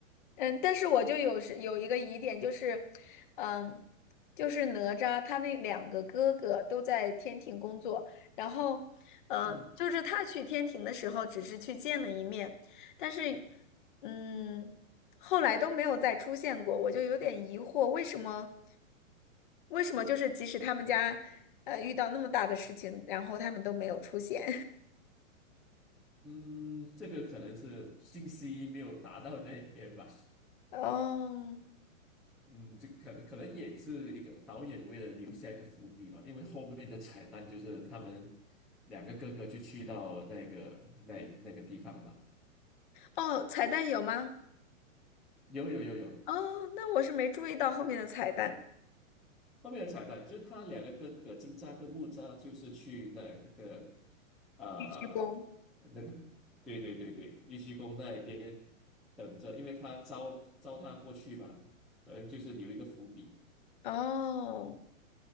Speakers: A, on the left (about 35°); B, in the centre.
A: 嗯，但是我就有是有一个疑点，就是，嗯，就是哪吒他那两个哥哥都在天庭工作，然后，嗯，
B: 嗯
A: 就是他去天庭的时候只是去见了一面，但是，嗯，后来都没有再出现过，我就有点疑惑，为什么，为什么就是即使他们家，呃，遇到那么大的事情，然后他们都没有出现？
B: 嗯，这个可能是信息没有达到那边吧。
A: <laughs> 哦，
B: 嗯，这可能可能也是一个导演为了留下一个伏笔嘛，因为后面的彩蛋就是他们两个哥哥就去到那个那那个地方吧。
A: 哦，彩蛋有吗？
B: 有有有有，
A: 哦，那我是没注意到后面的彩蛋，
B: 后面的彩蛋就是他两个哥哥金吒跟木吒，就是去那个啊、
A: 必须攻
B: 那个，对对对对，玉虚宫那边等着，因为他招招他过去嘛，可能就是留一个伏笔。
A: 哦，